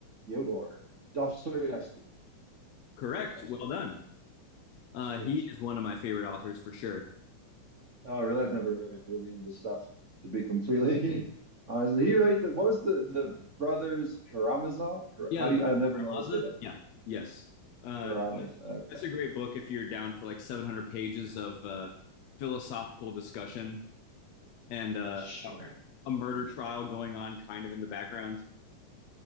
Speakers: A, on the right; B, on the left.
A: Fyodor Dostoevsky.
B: Correct.
A: Dostoevsky.
B: Well done. Uh,
A: Sweet.
B: he is one of my favorite authors for sure.
A: Oh, I really? I've never read any of his stuff. To be completely <laughs> honest, did he write the what was the the brothers Karamazov?
B: Yeah,
A: How
B: the
A: do
B: Brothers
A: you? I never know
B: Karamazov.
A: how to say that.
B: Yeah, yes. Uh,
A: Karamazov. Okay.
B: that's a great book if you're down for like 700 pages of uh, philosophical discussion and uh,
A: Sure.
B: a murder trial going on kind of in the background.